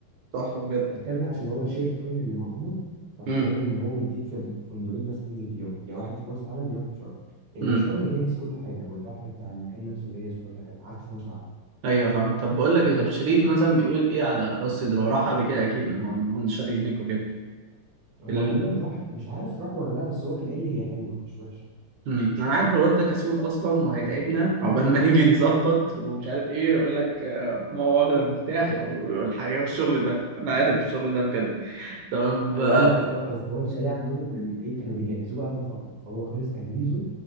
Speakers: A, on the right; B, on the right.
A: تحفة بجد
B: انا بتكلم لها عشان هو الشير تايم اللي مع عمر فحوار
A: امم
B: ان هو مديك في فندقين بس تنزل فيهم يا واحد في مرسى علم يا واحد في شرم اللي
A: امم
B: في شرم جاهز كل حاجه والبحر بتاع المكان نفسه جاهز وكل حاجه عكس مرسى علم
A: ايوه فاهم طب بقول لك ايه طب شريف مثلا بيقول ايه على راس صدر هو راح قبل كده اكيد ما هو إن هو شاريه هناك وكده
B: هو
A: ال...
B: غالبا راح مش عارف راح ولا لا بس هو كان قايل لي هي حلوه مش وحشه
A: امم انا عارف الواد ده كسول اصلا وهيتعبنا
B: <laughs>
A: عقبال ما <laughs> نيجي نظبط ومش عارف ايه يقول لك آه، ما هو واخد المفتاح
B: إيه،
A: <laughs> والحاجه والشغل ده انا عارف الشغل ده بجد طب
B: هو
A: آه،
B: قال لك اه قصدي هو الشاليه عندهم من ايه كانوا بيجهزوه بقى لهم فتره فهو خلص تجهيزه